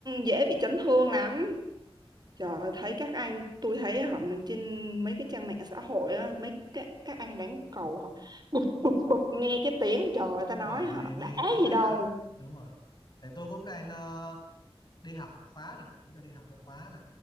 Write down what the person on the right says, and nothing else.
dễ bị chấn thương lắm. Trời ơi, thấy các anh tôi thấy họ mình trên mấy cái trang mạng xã hội á, mấy các các anh đánh cầu họ bụp bụp bụp nghe cái tiếng trời ơi ta nói
họ
đã
gì đâu.